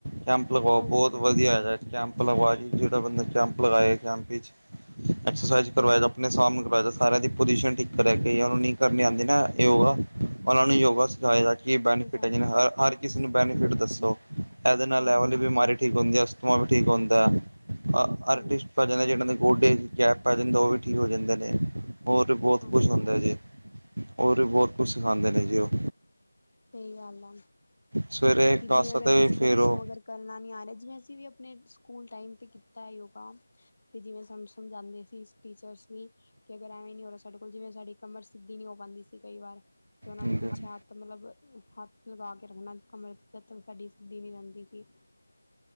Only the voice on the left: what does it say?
ਹਾਂਜੀ
ਹੂੰ
ਸਿਖਾਇਆ
ਹਾਂਜੀ
ਹਾਂਜੀ
ਹਾਂਜੀ
ਸਹੀ ਗੱਲ ਆ।
ਕਿ
ਜਿਵੇਂ ਅਗਰ
ਕਿਸੇ ਬੱਚੇ
ਨੂੰ ਅਗਰ ਕਰਨਾ ਨੀ ਆ ਰਿਹਾ ਜਿਵੇਂ ਅਸੀਂ ਵੀ ਆਪਣੇ ਸਕੂਲ ਟਾਈਮ ਤੇ ਕੀਤਾ ਹੈ ਯੋਗਾ ਤੇ ਜਿਵੇਂ ਸਮ ਸਮਝਾਦੇ ਸੀ ਟੀਚਰਸ ਵੀ। ਕਿ ਅਗਰ ਐਵੇਂ ਨੀ ਹੋ ਰਿਹਾ ਸਾਡੇ ਕੋਲ, ਜਿਵੇਂ ਸਾਡੀ ਕਮਰ ਸਿੱਧੀ ਨੀ ਹੋ ਪਾਉਦੀ ਸੀ, ਕਈ ਵਾਰ। ਤੇ ਉਹਨਾਂ
ਨੇਂ ਪਿੱਛੇ ਹੱਥ ਮਤਲਬ, ਹੱਥ ਲਗਾ ਕੇ ਰੱਖਣਾ ਕਮਰ 'ਚ। ਲਤ ਸਾਡੀ, ਸਿੱਦੀ ਨੀ ਰਹਿੰਦੀ ਸੀ।